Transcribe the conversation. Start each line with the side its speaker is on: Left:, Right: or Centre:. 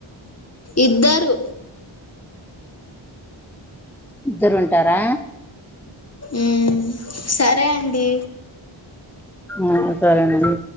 Left: ఇద్దరు
Centre: ఇద్దరు ఉంటారా
Left: మ్మ్. సరే అండి
Centre: ఆ సరేనండి